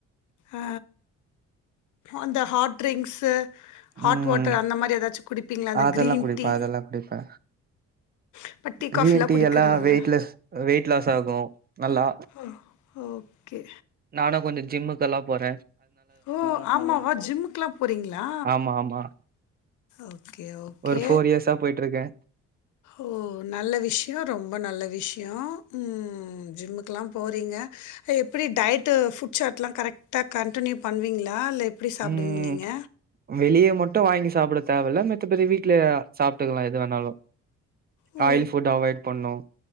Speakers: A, on the left (about 75°); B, on the right (about 30°).
A: அ அந்த ஹாட் ட்ரிங்க்ஸ் ஹாட்
B: ம்
A: வாட்டர் அந்த மாரி ஏதாச்சு குடிப்பீங்ளா அந்த
B: அதெல்லா
A: கிரீன்
B: குடிப்பே
A: டீ
B: அதெல்லா குடிப்பே
A: இப்ப டீ
B: கிரீன்
A: காபில்லா குடிக்கறது
B: எல்லா
A: இல்ல
B: வெயிட்லெஸ் வெயிட் லாஸ் ஆகு நல்லா
A: ஆ ஓகே
B: நானு கொஞ்ச ஜிம்முக்கெல்லா போற
A: ஓ ஆமாவா ஜிம்முக்குல்லா போறீங்களா
B: ஆமா ஆமா
A: ஓகே ஓகே
B: ஒரு ஃபோர் இயர்ஸா போயிட்ருக்கே
A: ஓ நல்ல விஷயோ ரொம்ப நல்ல விஷயோ ம் ஜிம்முக்குல்லா போறீங்க எப்டி டயடு ஃபுட் சாட் எல்லா கரெக்டா கண் கண்டினியூ பண்ணுவீங்ளா இல்ல எப்டி சாப்டுவீங்க
B: ம்
A: நீங்க
B: வெளிய மட்டு வாங்கி சாப்ட தேவ இல்ல மத்தப்படி வீட்ல சாப்ட்டுக்கலா எது வேணாலு
A: ஓ!
B: ஆயில் ஃபுட் அவாய்ட் பண்ணு